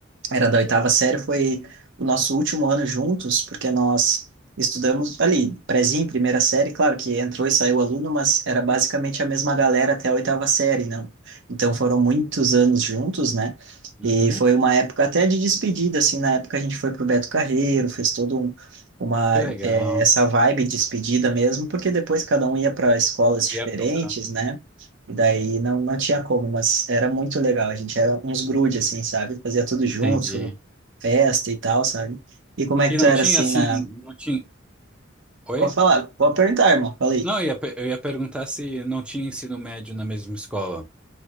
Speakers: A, on the right; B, in the centre.
A: era da oitava série, foi o nosso último ano juntos, porque nós estudamos ali, prézinho, primeira série, claro que entrou e saiu aluno, mas era basicamente a mesma galera até a oitava série, não? Então foram muitos anos juntos, né?
B: Uhum,
A: E foi uma época até de despedida, assim, na época a gente foi pro Beto Carreiro, fez todo um, uma,
B: que legal.
A: é, essa vibe de despedida mesmo, porque depois cada um ia para escolas
B: E
A: diferentes,
B: ia tocando.
A: né? Daí não, não tinha como, mas era muito legal. A gente era uns grude, assim, sabe? Fazia tudo
B: Entendi.
A: junto, festa e tal, sabe? E como é que
B: E
A: tu
B: não
A: era,
B: tinha
A: assim,
B: assim,
A: na...
B: não tinha. Oi?
A: Pode falar, pode perguntar, irmão. Falei.
B: Não, eu ia, pe- eu ia perguntar se não tinha ensino médio na mesma escola.